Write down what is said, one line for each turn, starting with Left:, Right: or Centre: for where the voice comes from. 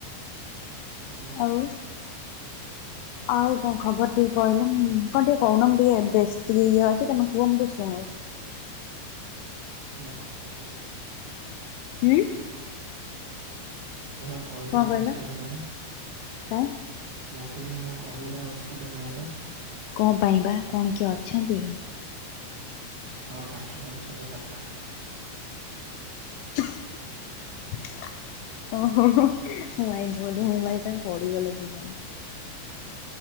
Right: ହୁଁ
Left: ଆଉ ଆଉ କଣ ଖବର ଟିକେ କହି କଣ ଟିକେ କୋଉନ ମୁଁ ଟିକେ ବେଶ ଟିକ ଇଏ ଅଛି। ତମେ କୁଅ ମୁଁ ଟିକେ ଶୁଣୁଚି।
Right: ମୁଁ ପା କହିବାକୁ ଶୁବୁନାଇ।
Left: ଉଁ।
Right: ମୁଁ ବା କହିବା
Left: କଣ
Right: ଅବସ୍ଥାରେ
Left: କହିଲ
Right: ନାହିଁ।
Left: କାଇଁ
Right: ମୁଁ କହିଲି ମୁଁ କହିବା ଅବସ୍ଥାରେ ନାହିଁ ବା।
Left: କଣ ପାଇଁ ବା କଣ କିଏ ଅଛନ୍ତି କି?
Right: ହଁ ପାଖରେ ଅଛନ୍ତି ବାପା।
Left: ଓହୋ ହୋ ହୋ ହି। ଓ ମାଇଁ ଗଡ ମୋ ମୋବାଇଲ ଟା ପଡିଗଲ କି କଣ।